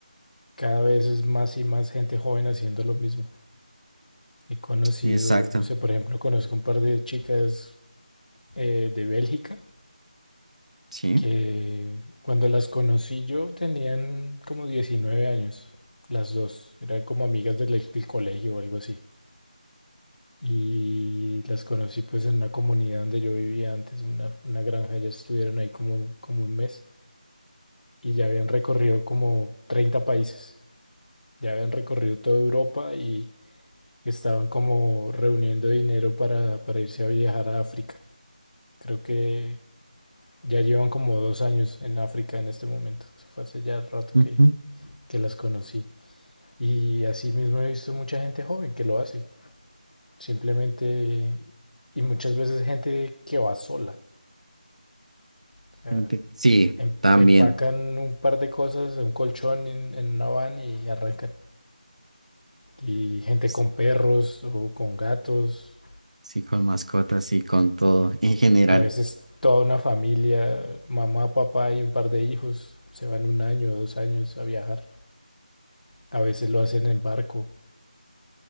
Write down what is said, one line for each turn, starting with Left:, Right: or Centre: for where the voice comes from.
Left: cada vez es más y más gente joven haciendo lo mismo. He conocido,
Right: Exacto,
Left: no sé, por ejemplo, conozco un par de chicas eh, de Bélgica
Right: sí.
Left: que cuando las conocí yo tenían como 19 años, las dos, eran como amigas del, del colegio o algo así. Y las conocí pues en una comunidad donde yo vivía antes, en una, una granja, ya estuvieron ahí como, como un mes y ya habían recorrido como 30 países, ya habían recorrido toda Europa y estaban como reuniendo dinero para, para irse a viajar a África. Creo que ya llevan como dos años en África en este momento. Eso fue hace ya rato
Right: ujú,
Left: que, que las conocí. Y así mismo he visto mucha gente joven que lo hace. Simplemente, y muchas veces gente que va sola. O sea,
Right: gente- Sí,
Left: em-
Right: también.
Left: empacan un par de cosas, un colchón en, en una van y arrancan. Y gente
Right: s-
Left: con perros o con gatos.
Right: Sí, con mascotas sí con todo en general.
Left: A veces toda una familia, mamá, papá y un par de hijos, se van un año o dos años a viajar. A veces lo hacen en barco.